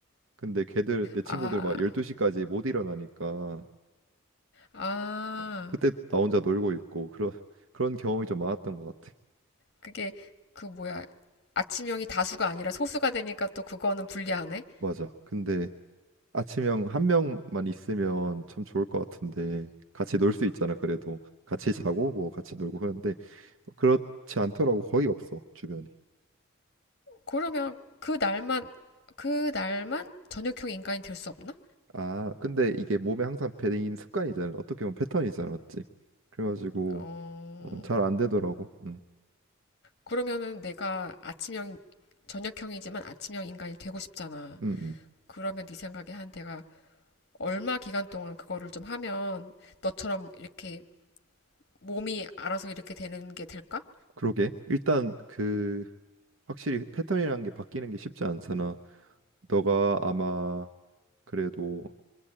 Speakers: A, on the right; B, on the left.
A: 근데 걔들 내 친구들
B: 아,
A: 막 12시까지 못 일어나니까
B: 아,
A: 어, 그때 나 혼자 놀고 있고 그런 그런 경험이 좀 많았던 것 같아.
B: 그게 그 뭐야? 아침형이 다수가 아니라 소수가 되니까 또 그거는 불리하네?
A: 맞아. 근데 아침형 한 명만 있으면 참 좋을 것 같은데 같이 놀 수 있잖아. 그래도 같이 자고 뭐 같이 놀고 그런데 그렇지 않더라고. 거의 없어 주변에.
B: 그러면 그 날만, 그 날만 저녁형 인간이 될 수 없나?
A: 아, 근데 이게 몸에 항상 배인 습관이잖아. 어떻게 보면 패턴이잖아, 맞지? 그래가지고
B: 어,
A: 음, 잘안 되더라고. 음,
B: 그러면은 내가 아침형, 저녁형이지만 아침형 인간이 되고 싶잖아.
A: 음, 음.
B: 그러면 네 생각에 한 내가 얼마 기간 동안 그거를 좀 하면 너처럼 이렇게 몸이 알아서 이렇게 되는 게 될까?
A: 그러게. 일단 그 확실히 패턴이라는 게 바뀌는 게 쉽지 않잖아. 너가 아마 그래도